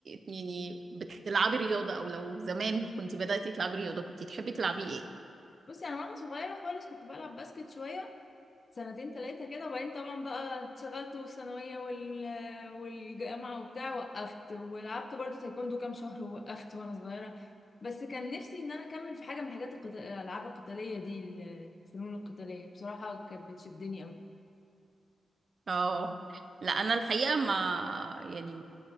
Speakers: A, on the right; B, on the left.
A: يعني بتلعبي رياضة او لو زمان كنت بدأتي تلعبي رياضة كنت تحبي تلعبي ايه؟
B: بصي يعني أنا وأنا صغيرة خالص كنت بلعب باسكت شوية سنتين تلاتة كده وبعدين طبعا بقى اتشغلت والثانوية وال... والجامعة وبتاع وقفت ولعبت برضو تايكوندو كام شهر ووقفت وأنا صغيرة بس كان نفسي إن أنا أكمل في حاجة من الحاجات القتال... الألعاب القتالية دي ال- الفنون القتالية بصراحة كانت بتشدني أوي
A: اه لا انا الحقيقه ما يعني